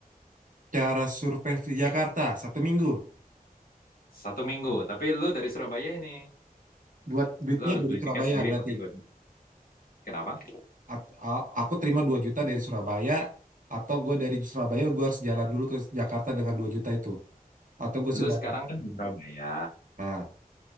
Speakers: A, on the right; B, on the left.
A: Cara survei di Jakarta satu minggu.
B: Satu minggu, tapi lu dari Surabaya ini,
A: Buat duitnya
B: lu harus
A: dari
B: beli
A: Surabaya
B: tiket sendiri
A: berarti.
B: pakai duit. Kenapa?
A: At- a- aku terima 2 juta dari Surabaya atau gue dari Surabaya gue harus jalan dulu ke Jakarta dengan 2 juta itu. Atau gue
B: Lu
A: sudah.
B: sekarang kan di Surabaya.
A: Nah,